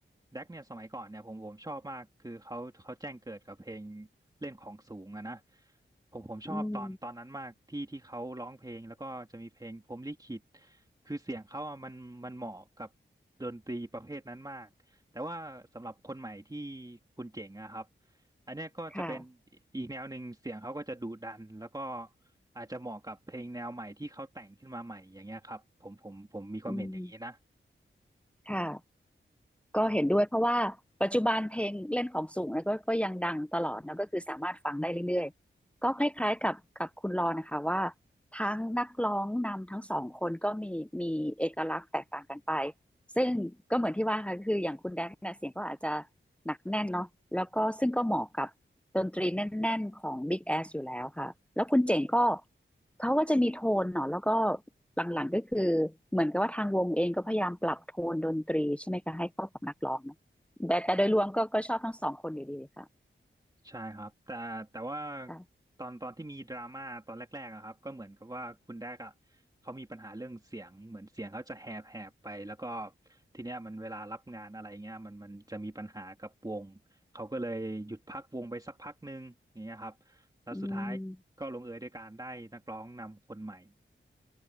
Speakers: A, on the right; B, in the centre.
A: แด็กเนี่ยสมัยก่อนเนี่ยผมผมชอบมากคือเขาเขาแจ้งเกิดกับเพลงเล่นของสูงอะนะผมผมชอบตอนตอนนั้นมากที่ที่เขาร้องเพลงแล้วก็จะมีเพลงพรหมลิขิต
B: อืม
A: คือเสียงเขาอะมันมันเหมาะกับดนตรีประเภทนั้นมากแต่ว่าสำหรับคนใหม่ที่คุณเจ๋งอะครับ อันเนี้ยก็จะเป็น
B: ค่ะ
A: อีกแนวหนึ่งเสียงเขาก็จะดุดันแล้วก็อาจจะเหมาะกับเพลงแนวใหม่ที่เขาแต่งขึ้นมาใหม่อย่างเงี้ยครับผมผมผมมีความเห็นอย่างนี้นะ
B: อืมค่ะก็เห็นด้วยเพราะว่าปัจจุบันเพลงเล่นของสูงเนะก็ก็ยังดังตลอดนะก็คือสามารถฟังได้เรื่อยๆ ก็คล้ายๆกับกับคุณรอนะคะว่าทั้งนักร้องนำทั้งสองคนก็มีมีเอกลักษณ์แตกต่างกันไปซึ่งก็เหมือนที่ว่าค่ะคืออย่างคุณแดกเนี่ยเสียงก็อาจจะหนักแน่นเนาะแล้วก็ซึ่งก็เหมาะกับ ดนตรีแน่นๆของ Big Ass อยู่แล้วค่ะแล้วคุณเจ๋งก็เขาก็จะมีโทนเนาะแล้วก็หลังๆก็คือเหมือนกับว่าทางวงเองก็พยายามปรับโทนดนตรีใช่ไหมคะให้เข้ากับนักร้องเนาะแต่แต่โดยรวมก็ก็ชอบทั้งสองคนอยู่ดีค่ะ
A: ใช่ครับแต่แต่ว่า
B: ค่ะ
A: ตอนตอนที่มีดราม่าตอนแรกๆอะครับก็เหมือนกับว่าคุณแดกอะเขามีปัญหาเรื่องเสียงเหมือนเสียงเขาจะแหบแหบไปแล้วก็ทีเนี้ยมันเวลารับงานอะไรเงี้ยมันมันจะมีปัญหากับวงเขาก็เลยหยุดพักวงไปสักพักหนึ่งอย่างเงี้ยครับแล้วสุดท้ายก็ลงเอยด้วยการได้นักร้องนำคนใหม่
B: อืม